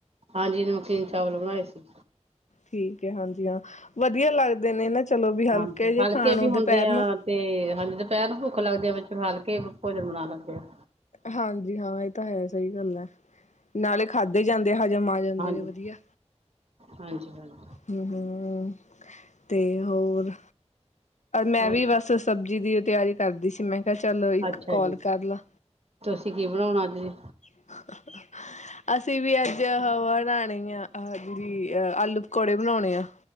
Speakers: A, on the right; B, on the left.
A: ਹਾਂਜੀ ਨਮਕੀਨ ਚਾਵਲ ਬਣਾਏ ਸੀ।
B: ਠੀਕ ਐ ਹਾਂਜੀ ਹਾਂ ਵਧੀਆ ਲੱਗਦੇ ਨੇ ਨਾ ਚਲੋ ਵੀ ਹਲਕੇ
A: ਹਾਂਜੀ
B: ਜੇ ਖਾਣ ਨੂੰ
A: ਵੀ ਹੁੰਦੇ
B: ਦੁਪੈਰ
A: ਆ
B: ਨੂੰ।
A: ਤੇ ਹਾਂਜੀ ਦੁਪੈਰ ਨੂੰ ਭੁੱਖ ਲੱਗਦੀ ਆ ਵਿੱਚ ਹਲਕੇ ਭੋਜਨ ਬਣਾ ਲੈਂਦੇ ਆ।
B: ਹਾਂਜੀ ਹਾਂ ਏ ਤਾਂ ਹੈ ਸਈ ਗੱਲ ਐ, ਨਾਲੇ ਖਾਧੇ ਜਾਂਦੇ ਹਜ਼ਮ ਆ ਜਾਂਦੇ
A: ਹਾਂਜੀ,
B: ਨੇ ਵਧੀਆ।
A: ਹਾਂਜੀ ਹਾਂਜੀ।
B: ਹੂੰ ਹੂੰ ਤੇ ਹੋਰ? ਮੈਂ
A: ਹੋਰ
B: ਵੀ ਬਸ ਸਬਜ਼ੀ ਦੀ ਤਿਆਰੀ ਕਰਦੀ ਸੀ ਮੈਂ ਕਿਆ ਚਲ ਇੱਕ
A: ਅੱਛਾ
B: ਕੋਲ
A: ਜੀ
B: ਕਰਲਾ।
A: ਤੁਸੀਂ ਕੀ ਬਣਾਉਣਾ ਅੱਜ ਜੀ?
B: <unintelligible> ਅਸੀਂ ਵੀ ਅੱਜ ਓ ਬਣਾਣੀ ਆ ਆ ਜਿਹੜੀ ਅਹ ਆਲੂ, ਪਕੌੜੇ ਬਣਾਉਣੇ ਆ।